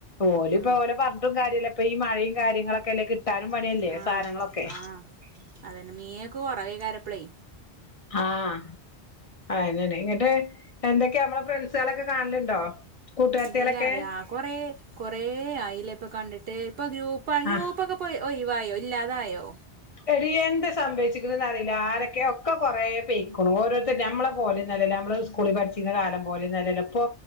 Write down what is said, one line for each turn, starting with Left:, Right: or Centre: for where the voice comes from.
Left: ഓല്,
Right: ആഹ്
Left: ഇപ്പോ, ഓലപഞ്ഞിട്ടും കാര്യല്ല. ഇപ്പ, ഈ, മയെയും കാര്യങ്ങളൊക്കെ പിന്നെ കിട്ടാനും പണിയല്ലേ.
Right: ആഹ്
Left: സാനങ്ങളൊക്കെ.
Right: ആഹ് അതന്നെ മീനൊക്കെ കുറവേ കാരപ്പളെ
Left: ആഹ് അയ്നന്നെ ഇങ്ങട്ട് എന്തൊക്കെയ, നമ്മളേ ഫ്രണ്ട്സുകളൊക്കെ കാണലുണ്ടോ? കൂട്ടുകാരത്തികളൊക്കെ
Right: ഇല്ലാട, ആ കൊറേ, കൊറേ, ആയില്ലേപ്പൊ കണ്ടിട്ട്. ഇപ്പൊ ഗ്രൂപ്പ, ഗ്രൂപ്പക്കപ്പ
Left: ആ
Right: ഒയി വായോ? ഇല്ലാതായോ?
Left: എട, എന്ത, സംഭവിച്ചിക്കണെന്ന്റിയില്ല. ആരൊക്കെ, ഒക്കെ, കൊറെ, പെയിക്കണും. ഓരോരുത്തർ, നമ്മളെ പോലെന്നും, അല്ലല്ലോ. നമ്മള് സ്കൂളി പഠിച്ചിന്ന കാലം പോലെ ഒന്നുല്ലല്ലോ. ഇപ്പോ